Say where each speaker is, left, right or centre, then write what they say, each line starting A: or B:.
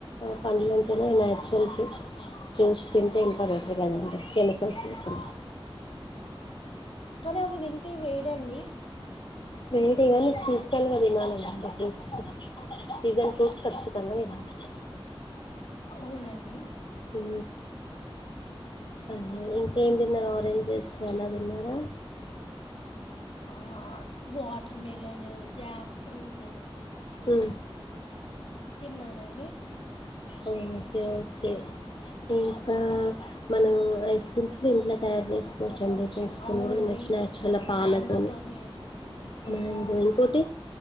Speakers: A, on the left; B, on the left.
A: పండ్లటేనే నాచురల్కి ఫ్రూట్స్ తింటే ఇంకా బటర్ కదండి కెమికల్స్ లేకుండ
B: కానీ అవి తింటే వేడండి
A: వేడేకానీ సేసనల్గా తినాలి కదండీ ఫ్రూట్స్ సీజన్ ఫ్రూట్స్ ఖచ్చితంగా తినాలి
B: అవునండి
A: ఊ అదే ఇంకేం తిన్నరు ఆరెంజెస్ చాలా తిన్నార
B: ఆ వాటార్మేలను జాగ్ ఫ్రూటు
A: అ
B: తిన్నానండి
A: ఆ ఓకే ఓకే ఇంకా మనం ఐస్ క్రీమ్స్ కూడా ఇంట్లో తయారు చేసుకోవచ్చు రెండు చేసుకునేడిది
B: అవునండి
A: నచురల్ పాలతోనే
B: మ్యాంగోతో చేసినామండి
A: మ్యాంగోలు ఒకటి